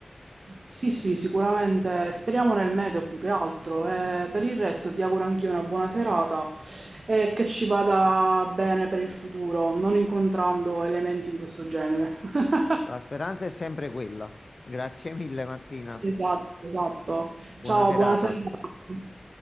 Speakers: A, on the right; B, on the left.
A: Sì, sì, sicuramente speriamo nel meteo più che altro. E per il resto ti auguro anch'io una buona serata e che ci vada bene per il futuro, non incontrando elementi di questo genere. <laughs>
B: La speranza è sempre quella. Grazie mille, Martina.
A: Esatto, esatto.
B: Buona
A: Ciao,
B: serata.
A: buona serata.